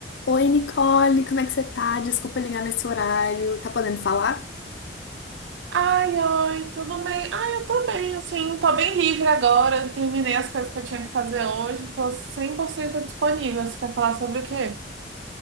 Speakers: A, on the left (about 75°); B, on the right (about 85°).
A: Oi, Nicole, como é que você tá? Desculpa ligar nesse horário. Tá podendo falar?
B: Ai, oi, tudo bem? Ai, eu tô bem, assim, tô bem livre agora. Terminei as coisas que eu tinha que fazer hoje, tô 100% disponível. Você quer falar sobre o quê?